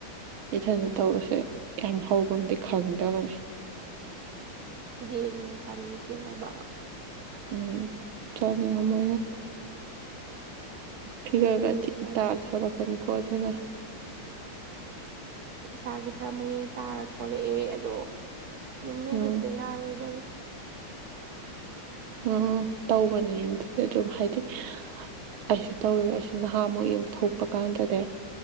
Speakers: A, on the right (about 80°); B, on the right (about 55°).
A: ꯏꯊꯅ ꯇꯧꯕꯁꯦ ꯌꯥꯝ ꯍꯧꯕꯕꯨꯗꯤ ꯈꯪꯗꯕꯅꯤ
B: ꯗꯦꯔꯅꯦ ꯆꯥꯅꯤꯡꯇꯦ ꯍꯥꯏꯕ
A: ꯎꯝ ꯆꯂꯦ ꯑꯃ ꯐꯤꯒꯔꯒ
B: ꯑꯗꯨꯅꯤ ꯆꯥꯅꯤꯡꯉꯤ
A: ꯇꯥ ꯊꯔꯛꯀꯅꯤꯀꯣ ꯑꯗꯨꯅ
B: ꯏꯁꯥꯁꯦ ꯈꯔ ꯃꯌꯦꯡ ꯇꯥꯔ ꯊꯣꯛꯂꯛꯑꯦ ꯑꯗꯣ ꯌꯨꯝ ꯂꯩꯕꯁꯤꯗ
A: ꯎꯝ
B: ꯌꯥꯔꯣꯏꯗꯔꯦ
A: ꯎꯝ ꯇꯧꯕꯅꯦꯇꯗꯤ ꯑꯗꯨꯝ ꯍꯥꯏꯗꯤ ꯑꯩꯁꯨ ꯇꯧꯋꯦꯕ ꯑꯩꯁꯨ ꯅꯍꯥꯃꯨꯛ ꯌꯦ ꯊꯣꯛꯄ ꯀꯥꯟꯗꯗꯤ